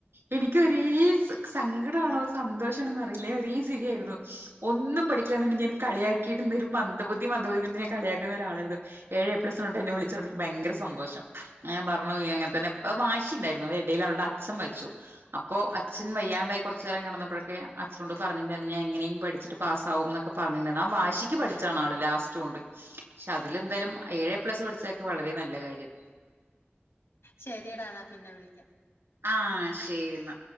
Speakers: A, on the right; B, on the left.
A: എനിക്ക്യു ഒരേ സ് സങ്കടമാണോ സന്തോഷണോന്ന് അറിയില്ലേ ഒരേ ചിരിയായിരുന്നു. ഒന്നും പഠിക്കില്ല എന്ന് പറഞ് ഞാൻ കളിയാക്കിയിരുന്ന ഒരു മന്ദബുദ്ധി മന്ദബുദ്ധി എന്ന് ഞാൻ കളിയാക്കുന്ന ഒരാളായിരുന്നു ഏഴ് എ പ്ലസ്സ് ഉണ്ട് എന്നെ വിളിച്ച് പറഞപേ ഭയങ്കര സന്തോഷം ഞാ പർഞ്ഞോയി അങ്ങൻതനെ അഹ് മാശ് ശി ണ്ടായിരുന്നു അതി എടയിൽ അവൾടെ അഛം മര്ച്ചു. അപ്പോ അച്ഛൻ വയ്യാണ്ടായി കൊർച്ച് കാലം കടന്നപ്പഴൊക്കെ അച്ഛനോട് പറഞ്ഞിണ്ടായിരുന്നു ഞാ എങ്ങനെയും പഠിച്ചിട്ട് പാസ്സാവും ന്നൊക്കെ പർഞ്ഞിണ്ടന്നു ആ വാശിക്ക് പഠിച്ചാണ് ആള് ലാസ്റ്റ് കൊണ്ട്. ക്ഷെ അതിലെന്തയലും ഏഴേ പ്ലസ് പഠിച്ചതൊക്കെ വളരെ നല്ല കാര്യം.
B: ശര്യടാ ന്നാ പിന്നെ വിളിക്ക്യ.
A: ആഹ് ശരിന്നാ